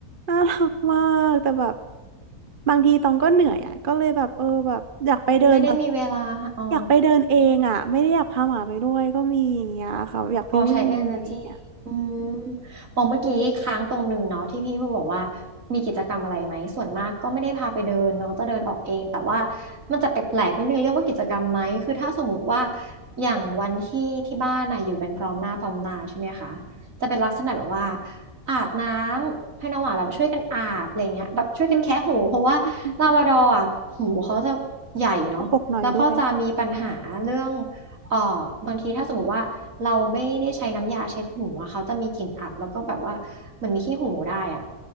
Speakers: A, on the right; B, on the right.
A: น่ารักมากแต่แบบบางทีตองก็เหนื่อยอ่ะก็เลยแบบเออแบบอยากไปเดินมาง
B: ไม่ได้มีเวลาให้อ๋อ
A: อยากไปเดินเองอ่ะไม่ได้อยากพาหมาไปด้วยก็มีอย่างเงี้ยค่ะอยากไปวิ่งอะไรอย่างเงี้ย
B: อ๋อใช้ energy อืมอ๋อเมื่อกี้ค้างตรงหนึ่งเนาะที่พี่พูดบอกว่ามีกิจกรรมอะไรไหมส่วนมากก็ไม่ได้พาไปเดินน้องจะเดินออกเองแต่ว่ามันจะแปลกๆนิดนึงเรียกว่ากิจกรรมไหมคือถ้าสมมติว่าอย่างวันที่ที่บ้านน่ะอยู่กันพร้อมหน้าพร้อมตาใช่ไหมคะจะเป็นลักษณะแบบว่าอาบน้ำให้น้องหมาแบบช่วยกันอาบอะไรเงี้ยแบบช่วยกันแคะหูเพราะว่าลาบราดอร์อ่ะหูเขาจะใหญ่เนาะแล้วก็จะมีปัญหาเรื่อง
A: อืมกระปรกหน่อยด้วย
B: เอ่อบางทีถ้าสมมติว่าเราไม่ได้ใช้น้ำยาเช็ดหูอะเขาจะมีกลิ่นอับแล้วก็แบบว่าเหมันมีขี้หูได้อะ